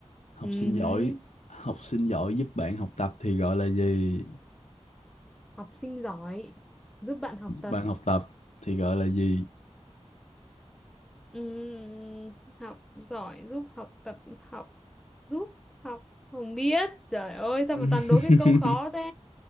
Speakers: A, on the left; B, in the centre.
A: học
B: Ừhứ.
A: sinh giỏi học sinh giỏi giúp bạn học tập thì gọi là gì
B: Học sinh giỏi. Giúp bạn học
A: giúp
B: tập.
A: bạn học tập thì gọi là gì
B: Ừm, Học giỏi, giúp học tập, học, giúp học. Không biết. Trời ơi, sao
A: <laughs>
B: mà toàn đố cái câu khó thế?